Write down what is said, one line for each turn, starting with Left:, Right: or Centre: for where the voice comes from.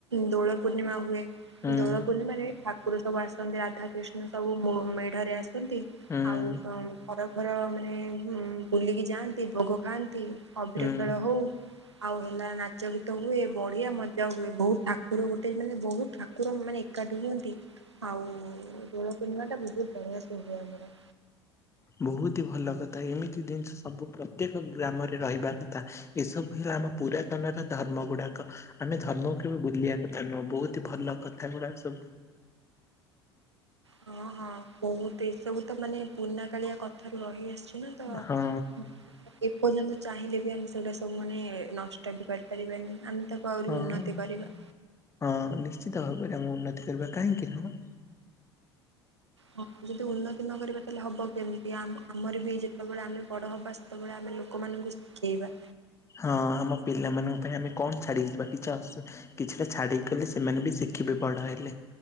Right: ଦୋଳ ପୂର୍ଣ୍ଣିମା ହୁଏ
Left: ହୁଁ
Right: ଦୋଳ ପୂର୍ଣ୍ଣିମାରେ ଠାକୁର ସବୁ ଆସନ୍ତି ରାଧା କୃିଷ୍ଣ ସବୁ ମୋ ମେଢରେ ଆସନ୍ତି
Left: ହୁଁ
Right: ଆଉ କଂ ଖରା ଧର ମାନେ ହୁଁ ବୁଲିକି ଯାଆନ୍ତି ଭୋଗ ଖାଆନ୍ତି ଅଭିର
Left: ହୁଁ
Right: ଖେଳ ହଉ ଆଉ ହେଲା ନାଚ ଗୀତ ହୁଏ ବଢିଆ ମଜା ହୁଏ। ବୋହୁତ ଠାକୁର ଗୋଟେ ମାନେ ବୋହୁ ଠାକୁର ମାନେ ଏକାଠି ହୁଅନ୍ତି ଆଉ ଦୋଳ ପୂର୍ଣ୍ଣିମାଟା ବୋହୁତ ବଢିଆ ସେ ହୁଏ ଆମର।
Left: ବୋହୁତ ହି ଭଲ କଥା ଏମିତି ଜିନିଷ ସବୁ ପ୍ରତ୍ୟେକ ଗ୍ରାମରେ ରହିବା କଥା। ଏସବୁ ହେଲା ଆମ ପୁରାତନର ଧର୍ମ ଗୁଡାକ। ଆମେ ଧର୍ମକୁ କେବେ ଭୁଲିବା କଥା ନୁହଁ ବୋହୁତି ଇ ଭଲ କଥାଗୁଡା ସବୁ।
Right: ହଁ ହଁ ବୋହୁତ ଏସବୁ ତ ମାନେ ପୁରୁଣା କାଳିଆ କଥାରୁ ରହି ଆସିଚି ନା। ତ ହୁଁ।
Left: ହଁ
Right: ଏପର୍ଯ୍ୟନ୍ତ ଚାହିଁଲେ ବି ଆମେ ସେଗୁଡା ସବୁ ମାନେ ନଷ୍ଟ ବି କରିପାରିବାନି ଆମ୍ ତାକୁ ଆହୁରି
Left: ହଁ।
Right: ଉନ୍ନତି କରିବା।
Left: ହଁ ନିଶ୍ଚିତ ଭାବରେ ଆମେ ଉନ୍ନତି କରିବା କାହିଁକି ନୁହଁ।
Right: ହଁ ଯଦି ଉନ୍ନତି ନ କରିବା ତାହଲେ ହବ କେମତି ଆମ ଆମର ବି ଯେତବେଳେ ଆମେ ବଡ ହବା ସେତେବେଳେ ଆମେ ଲୋକମାନଙ୍କୁ ଶିଖେଇବା।
Left: ହଁ ଆମ ପିଲାମାନଙ୍କ ପାଇଁ ଆମେ କଣ ଛାଡିକି ଯିବା କିଛି <unintelligible> କିଛିଟା ଛାଡିକିଗଲେ ସେମାନେ ବି ଶିଖିବେ ବଡ ହେଲେ।